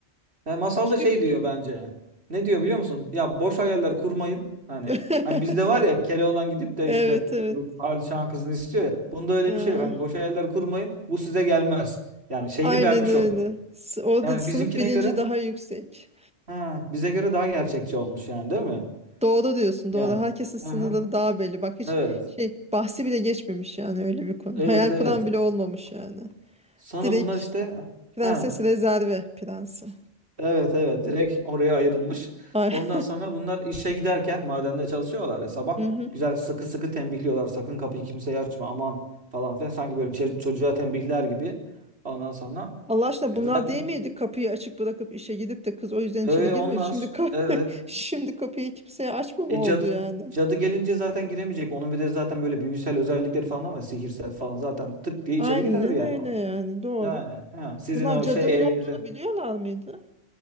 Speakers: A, on the right; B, in the centre.
A: Yani masalda
B: Başka
A: şey
B: bir
A: diyor
B: şey.
A: bence. Ne diyor biliyor musun? Ya boş hayaller kurmayın. Hani
B: <laughs>
A: hani bizde var ya Keloğlan gidip de
B: Evet
A: işte
B: evet.
A: bu padişahın kızını istiyor ya. Bunda öyle
B: Ee,
A: bir şey yok. Hani boş hayaller kurmayın. Bu size gelmez. Yani şeyini
B: aynen
A: vermiş
B: öyle.
A: orada.
B: S- Orada
A: Yani
B: da sınıf
A: bizimkine
B: bilinci
A: göre
B: daha yüksek.
A: ha, bize göre daha gerçekçi olmuş yani değil mi?
B: Doğru diyorsun
A: Yani.
B: doğru. Herkesin sınırları
A: Aha.
B: daha belli. Bak hiç
A: Evet.
B: şey bahsi bile geçmemiş yani öyle bir konu.
A: Evet
B: Hayal
A: evet.
B: kuran bile olmamış yani.
A: Sonra
B: Direkt
A: bunlar işte
B: prenses
A: ha.
B: rezerve prensi.
A: Evet evet direkt oraya ayrılmış.
B: Ay.
A: Ondan sonra bunlar işe giderken madende çalışıyorlar ya sabah
B: <laughs> Hı hı.
A: güzel sıkı sıkı tembihliyorlar sakın kapıyı kimseye açma aman falan filan sanki böyle çe- çocuğa tembihler gibi. Ondan sonra
B: Allah aşkına
A: e,
B: bunlar
A: zaten
B: değil miydi? Kapıyı açık bırakıp işe gidip de kız o yüzden
A: e,
B: içeri girme.
A: onlar
B: Şimdi kapı,
A: evet
B: <laughs> şimdi kapıyı kimseye açma mı
A: e,
B: oldu
A: cadı
B: yani?
A: cadı gelince zaten giremeyecek. Onun bir de zaten böyle büyüsel özellikleri falan var sihirsel falan zaten tık diye
B: Aynen
A: içeri girer yani
B: öyle
A: o.
B: yani doğru.
A: Yani he, sizin
B: Bunlar
A: o
B: cadının
A: şey evinize
B: olduğunu biliyorlar mıydı?